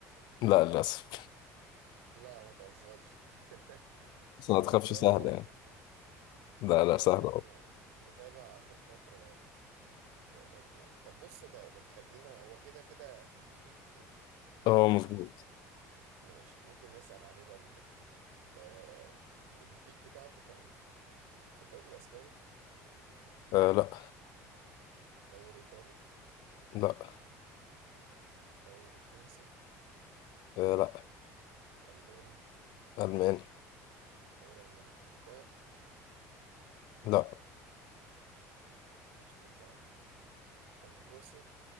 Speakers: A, on the left; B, on the right.
A: لا للأسف
B: لا ما تهزرش <laughs>
A: بس
B: انا
A: ما تخافش
B: محتوى
A: سهلة
B: ضاع
A: يعني
B: كده ما
A: لا
B: الفكرة
A: لا سهلة
B: انا مش
A: أهو
B: م... مش متابع اخر فترة ال- الانتقالات دي يعني طب بص طب طب خلينا هو كده كده اكيد ليه بيك في في حاجة
A: أه
B: معينة
A: مظبوط
B: ماشي ممكن نسأل عليه بقى من حتة البيك دي آه... البيك بتاعته كان كان في الدوري الاسباني
A: أه لا
B: دوري ايطالي
A: لا
B: دوري فرنسي
A: أه لا
B: الماني
A: ألماني
B: دوري الماني كان في البايرن ما
A: لا
B: كانش في البايرن كان في بروسيا